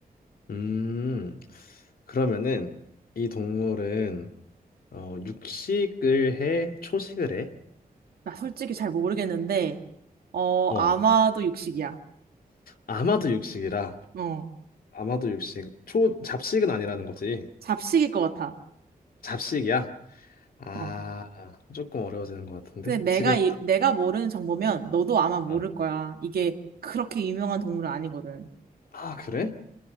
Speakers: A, on the left; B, on the right.
A: 음, 그러면은 이 동물은 어, 육식을 해? 초식을 해?
B: 나 솔직히 잘 모르겠는데, 어,
A: 어,
B: 아마도 육식이야.
A: 아마도 육식이라.
B: 어,
A: 아마도 육식. 초, 잡식은 아니라는 거지.
B: 잡식일 것 같아.
A: 잡식이야? 아,
B: 어.
A: 조금 어려워지는 것 같은데.
B: 근데 내가,
A: 지금,
B: 이, 내가 모르는 정보면 너도 아마 모를
A: 아,
B: 거야. 이게 그렇게 유명한 동물은 아니거든.
A: 아, 그래?